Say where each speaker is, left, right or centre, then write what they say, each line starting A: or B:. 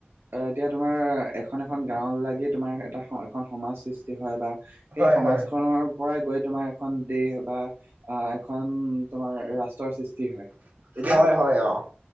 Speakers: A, on the right; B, on the right.
A: অ, এতিয়া তোমাৰ এখন- এখন গাঁও লাগি তোমাৰ এটা এখন সমাজ সৃষ্টি হয় বা
B: হয়,
A: সেই সমাজখনৰ
B: হয়।
A: পৰাই গৈ তোমাৰ এখন দেহ বা আহ, এখন তোমাৰ ৰাষ্ট্ৰৰ সৃষ্টি হয় এতিয়া
B: হয়, হয়, অ',